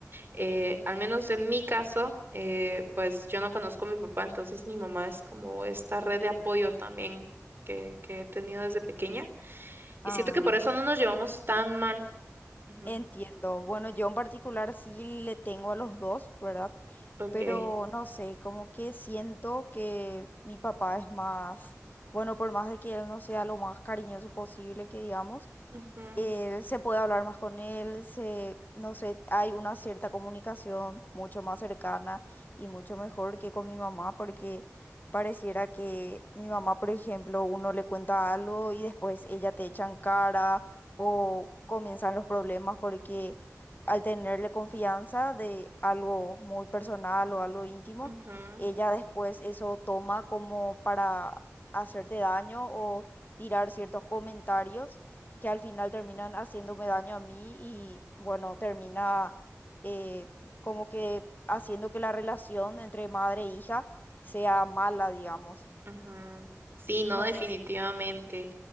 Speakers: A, on the right; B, on the left.
A: Eh, al menos en mi caso, eh, pues yo no conozco a mi papá, entonces mi mamá es como esta red de apoyo también que, que he tenido desde pequeña. Y
B: Ah.
A: siento que por eso no nos llevamos tan mal. Ujú.
B: Entiendo. Bueno, yo en particular sí le tengo a los dos, ¿verdad?
A: Ok.
B: Pero no sé, como que siento que mi papá es más, bueno, por más de que él no sea lo más cariñoso posible, que digamos
A: Ujú,
B: eh, se puede hablar más con él, se, no sé, hay una cierta comunicación mucho más cercana y mucho mejor que con mi mamá, porque pareciera que mi mamá, por ejemplo, uno le cuenta algo y después ella te echa en cara o comienzan los problemas porque al tenerle confianza de algo muy personal o algo íntimo,
A: ujú.
B: ella después eso toma como para hacerte daño o tirar ciertos comentarios que al final terminan haciéndome daño a mí y bueno, termina eh, como que haciendo que la relación entre madre e hija sea mala, digamos.
A: Ujú. Sí, no,
B: No
A: definitivamente.
B: sé, si-